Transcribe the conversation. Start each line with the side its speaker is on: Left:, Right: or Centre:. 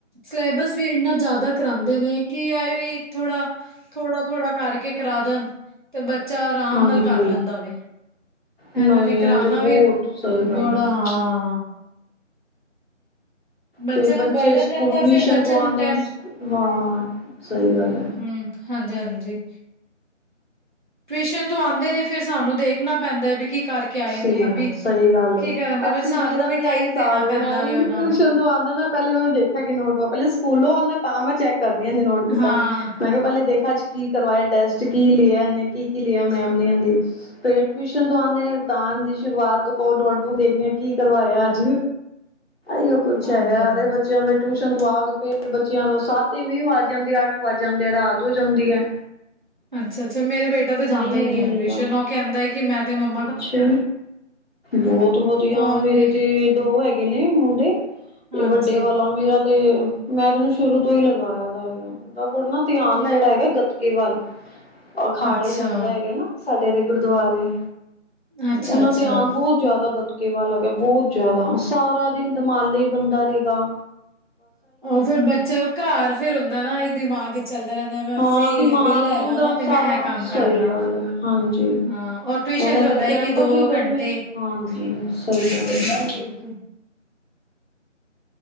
Right: ਸਿਲੇਬਸ ਵੀ ਇੰਨਾ ਜ਼ਿਆਦਾ ਕਰਾਦੇ ਨੇ ਕਿ ਇਹ ਵੀ ਥੋੜਾ ਥੋੜਾ- ਥੋੜ੍ਹਾ ਕਰਕੇ ਕਰਾ ਦੇਣ ਤੇ ਬੱਚਾ ਆਰਾਮ
Left: ਹਾਂਜੀ
Right: ਨਾਲ ਕਰ ਲੈਂਦਾ ਵੇ। ਇਹਨਾਂ
Left: ਨਹੀਂ
Right: ਨੇ ਕਰਾਣਾ
Left: ਇਹ ਤੇ ਬਹੁਤ
Right: ਵੀ
Left: ਸਹੀ ਗੱਲ
Right: ਬੜਾ
Left: ਐ।
Right: ਹਾਂ। ਬੱਚੇ
Left: ਫੇਰ
Right: ਨੂੰ ਬਰਡਨ
Left: ਸਕੂਲ
Right: ਰਹਿੰਦਾ
Left: ਟਿਊਸ਼ਨ
Right: ਫੇਿਰ ਬੱਚੇ
Left: ਤੋਂ ਆਉਂਦੇ
Right: ਨੂੰ ਟੈਣ
Left: ਨੇ। ਹਾਂ ਸਹੀ ਗੱਲ ਹੈ।
Right: ਹੁ ਹਾਂਜੀ- ਹਾਂਜੀ। ਟ੍ਰਿਸ਼ਨ ਤੋਂ ਆਂਦੇ ਨੇ ਫ਼ਿਰ ਸਾਨੂੰ ਦੇਖਣਾ ਪੈਂਦਾ ਹੈ ਵੀ ਕੀ ਕਰਕੇ ਆਏ
Left: ਸ
Right: ਨੇ ਵੀ
Left: ਸਈ ਗੱਲ
Right: ਕੀ
Left: ਏ
Right: ਕਰਨਗੇ ਫਿਰ
Left: ਅਸੀਂ
Right: ਸਾਨੂੰ
Left: ਮੇਰਾ ਵੀ ਇਹੀ
Right: ਟਾਈਮ
Left: ਹਿਸਾਬ
Right: ਦੇਣਾ
Left: ਏ
Right: ਪੈਂਦਾ
Left: ਮੈਂ ਵੀ
Right: ਵੇ ਉਹਨਾਂ
Left: ਟਿਊਸ਼ਨ
Right: ਨੂੰ
Left: ਤੋਂ ਆਂਦਾ ਨਾ। ਪੈਲੇ ਮੈਂ ਦੇਖਾਂਗੀ ਨੋਟਬੁੱਕ ਪੈਲੇ ਸਕੂਲੋਂ ਆਂਦਾ ਤਾਂ ਮੈਂ ਚੈੱਕ ਕਰਦੀ ਆਂ ਨੋਟਬੁੱਕਾਂ
Right: ਹਾਂ
Left: ਮੈਂ ਕਿਆ ਪੈਲੇ ਦੇਖਾਂ ਅੱਜ ਕੀ ਕਰਵਾਏ ਟੈਸਟ ਕੀ ਲਿਆ ਕੀ-ਕੀ ਲਿਆ ਮੈਮ ਨ ਫਿਰ ਟਵੀਸ਼ਨ ਤੋਂ ਆਦੇ ਨੇ। ਤਾਨ ਦੀ ਸ਼ੁਰੂਆਤ ਤੋਂ ਕੋ ਨੋਟਬੁੱਕ ਦੇਖਦੇ ਆਂ ਕੀ ਕਰਵਾਇਆ ਅਜ ਇਉ ਕੁਛ
Right: ਹਾਂਜੀ
Left: ਹੈਗਾ
Right: ਹਾਂਜੀ
Left: ਅਰੇ ਬੱਚਿਆਂ ਦੇ ਟਿਊਸ਼ਨ ਤੋਂ ਆ ਕੇ ਫਿਰ ਬੱਚਿਆਂ ਤੋਂ ਸਤ ਐਂਵੀਂ ਵੱਜ ਜਾਂਦੇ ਆ ਅੱਠ ਵੱਜ ਜਾਂਦੇ ਆ ਰਾਤ ਹੋ ਜਾਂਦੀ ਐ।
Right: ਅੱਛਾ-ਅੱਛਾ ਮੇਰੇ ਬੇਟਾ ਤੇ ਜਾਂਦਾ ਈ
Left: ਹੀ ਨਹੀਂ
Right: ਨੀ
Left: ਮਿਲਦਾ
Right: ਟਿਊਸ਼ਨ ਓ ਕੈਂਦਾ ਕਿ ਮੈਂ ਤੇ ਮੰ
Left: ਅੱਛਾ ਬੋਤ ਵਧੀਆ
Right: ਉਹਨੇ
Left: ਮੇਰੇ ਤੇ ਦੋ ਹੈਗ ਗੇ ਨੇ ਮੁੰਡੇ ਤੇ
Right: ਹਾਂਜੀ
Left: ਵੱਡੇ ਵਾਲਾ ਮੇਰਾ ਤੇ ਮੈਂ ਤੈਨੂੰ ਸ਼ੁਰੂ ਤੋਂ ਹੀ ਲਗਾਇਆ ਹੈਗਾ ਉਦਾ ਨਾ ਧਿਆਨ
Right: ਮੈਂ
Left: ਥੋੜ੍ਹਾ ਹੈਗਾ ਗੱਤਕੇ ਵੱਲ ਅਖਾੜੇ
Right: ਅੱਛਾ,
Left: ਜਾਂਦਾ ਹੈਗਾ ਨਾ ਸਾਡੇ ਦੇ ਗੁਰਦੁਆਰੇ
Right: ਅੱਛਾ-ਅੱਛਾ
Left: ਉਦਾ ਧਿਆਨ ਬੋਤ ਜਾਦਾ ਗਤ ਕਿ ਵ ਲੱਗਿਆ ਬੋਤ ਜਾਦਾ ਸਾਰਾ ਦਿਨ ਦਿਮਾਲੀ ਬਣਦਾ ਰਏਗਾ।
Right: ਓ ਫਿਰ ਬੱਚਾ ਘਰ ਫਿਰ ਹੁੰਦਾ ਨਾ ਦਿਮਾਗ 'ਚ ਚੱਲਦਾ ਰੈਂਦਾ ਮੈਂ
Left: ਹਾਂ ਦਿਮਾਗ
Right: ਵੇਲਾ ਹੈਗਾ
Left: ਚ ਹੁੰਦਾ
Right: ਵਾ। ਤੇ
Left: ਸਾਰਾ
Right: ਮੈਂ ਇਹ ਕੰਮ
Left: ਸਈ
Right: ਕਰ ਲਾਂ
Left: ਗੱਲ ਏ ਹਾਂਜੀ।
Right: ਹਾਂ ਔਰ ਟਿਊਸ਼ਨ
Left: ਹੁਣ ਇਧਰ
Right: ਤਾਂ ਹੁੰਦਾ ਹੈ
Left: ਕੈਂਪ
Right: ਕਿ ਦੋ
Left: ਵੀ ਗਰਮੀ
Right: ਘੰਟੇ
Left: 'ਚ ਹਾਂਜੀ ਸਈ ਗੱਲ ਐ।
Right: ਜੀ